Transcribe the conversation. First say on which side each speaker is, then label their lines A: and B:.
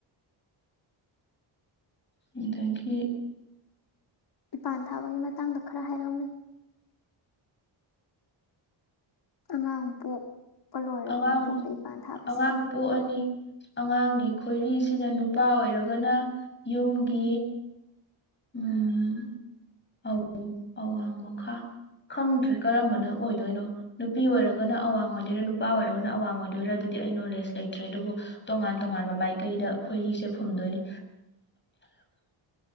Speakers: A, on the left; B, on the left.
A: ꯑꯗꯒꯤ
B: ꯏꯄꯥꯟ ꯊꯥꯕꯒꯤ ꯃꯇꯥꯡꯗ ꯈꯔ ꯍꯥꯏꯔꯛꯎꯅꯦ ꯑꯉꯥꯡ ꯄꯣꯛꯄ ꯂꯣꯏꯔꯕ
A: ꯑꯉꯥꯡ
B: ꯃꯇꯨꯡꯗ ꯏꯄꯥꯟ ꯊꯥꯕꯁꯤꯗ
A: ꯑꯉꯥꯡ ꯄꯣꯛꯑꯅꯤ ꯑꯉꯥꯡꯒꯤ ꯈꯣꯏꯔꯤꯁꯤꯅ ꯅꯨꯄꯥ ꯑꯣꯏꯔꯒꯅ ꯌꯨꯝꯒꯤ ꯎꯝ ꯑꯥꯎ ꯑꯋꯥꯡ ꯃꯈꯥ ꯈꯪꯗ꯭ꯔꯦ ꯀꯔꯝꯕꯅ ꯑꯣꯏꯗꯣꯏꯅꯣ ꯅꯨꯄꯤ ꯑꯣꯏꯔꯒꯅ ꯑꯋꯥꯡ ꯑꯣꯏꯗꯣꯏꯔ ꯅꯨꯄꯥ ꯑꯣꯏꯔꯒꯅ ꯑꯋꯥꯡ ꯑꯣꯏꯗꯣꯏꯔꯥ ꯑꯗꯨꯗꯤ ꯑꯩ ꯅꯣꯂꯦꯖ ꯂꯩꯇ꯭ꯔꯦ ꯑꯗꯨꯕꯨ ꯇꯣꯉꯥꯟ-ꯇꯣꯉꯥꯟꯕ ꯃꯥꯏꯀꯩꯗ ꯈꯣꯏꯔꯤꯁꯦ ꯐꯨꯝꯗꯣꯏꯅꯤ꯫